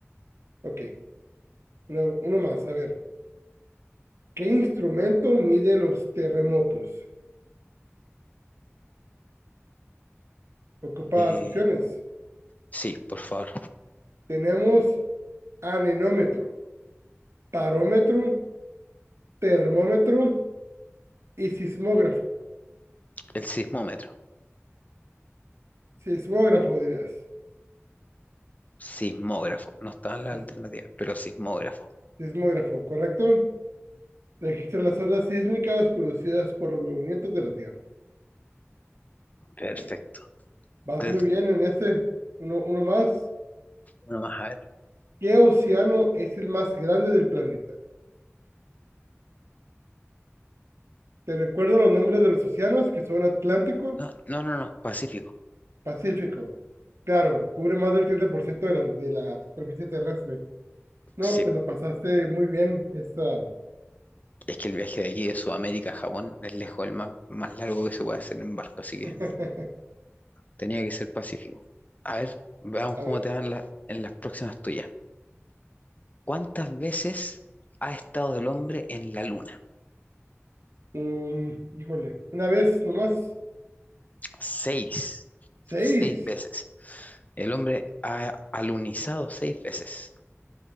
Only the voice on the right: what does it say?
Ok. Una- uno más. A ver. ¿Qué instrumento mide los terremotos? Ocupadas
opciones.
Tenemos anemómetro, parómetro, termómetro y sismógrafo.
Sismógrafo dirás.
Sis-
Sismógrafo, ¿correcto? Registra las ondas sísmicas producidas por los movimientos de la Tierra.
Bueno, vas
muy bien en este. Uno, uno más.
¿Qué océano es el más grande del planeta? Te recuerdo los nombres de los océanos que son Atlántico,
Pacífico. Claro, cubre más del 30% de la, de la superficie terrestre. No,
pues lo pasaste muy bien. Esta...
<laughs>
A
ver,
um, híjole, una vez nomás,
seis.